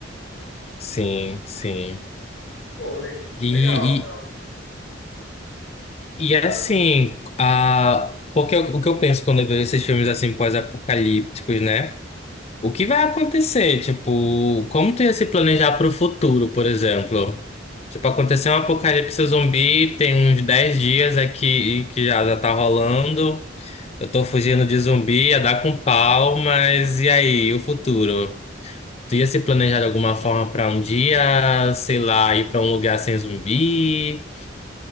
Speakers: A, on the left; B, on the left.
A: Sim, sim.
B: Pô, le- legal,
A: E,
B: legal.
A: E
B: Eu
A: assim, a... porque o o que eu penso quando eu vejo esses filmes assim pós-apocalípticos, né? O que vai acontecer? Tipo, como tu ia se planejar para o futuro, por exemplo? Tipo, aconteceu um apocalipse zumbi, tem uns 10 dias aqui que já, já tá rolando. Eu tô fugindo de zumbi, ia dar com pau, mas e aí, o futuro? Tu ia se planejar de alguma forma para um dia, sei lá, ir para um lugar sem zumbi,